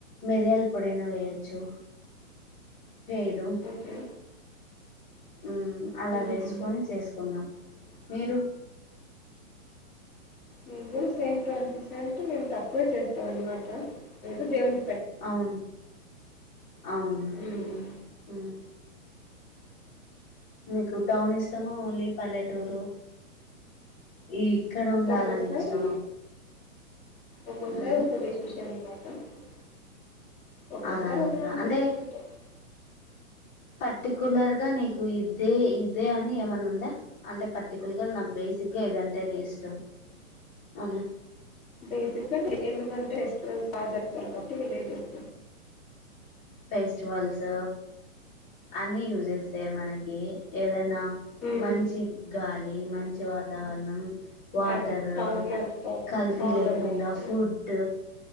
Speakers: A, on the left; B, in the centre.
A: మిరియలు పొడైన వేయొచ్చు చేదు
B: ఓకే
A: ఉమ్ అలా
B: ఉమ్
A: వేసుకొని చేసుకున్నాం మీరు
B: మేము కూడా సేమ్ ప్రాసెస్ అంటే మేము తక్కువే చేస్తాం అన్నమాట ఏదో దేవుని
A: అవును అవును
B: ఉమ్
A: ఉమ్ మీకు టౌన్ ఇష్టమా ఓన్లీ పల్లెటూరు ఈ ఇక్కడ ఉండాలని
B: ఒక్కోసారి
A: ఇష్టమా
B: ఒక్కోసారి
A: మ్మ్
B: ఒక్క డెసిషన్ <unintelligible> ఒక్కోసారి
A: అలా అంటారా
B: ఒకలా అనిపిస్తా
A: అంటే
B: ఉంటారు
A: పర్టికులర్ గా నీకు ఇదే ఇదే అని ఏమన్నా ఉందా అంటే ప తి కూల్ గా నా బేసిక్ గా ఇదాంత టే నీ ఇష్టం అవునా
B: బేసిక్ గా తేలి ఎందుకంటే ఫెస్టివల్స్ బాగా జరుపుతారు కాబట్టి విలెజెస్
A: ఫెస్టివల్స్ అన్ని యూజ్ చేస్తాయి మనకి ఏదైనా
B: ఉమ్
A: మంచి గాలి మంచి వాతావరణం వాటరు
B: అదే టౌన్ లో ఎంత
A: కల్తీ
B: బాగుండదు
A: లేకుండా
B: కాబట్టి
A: ఫుడ్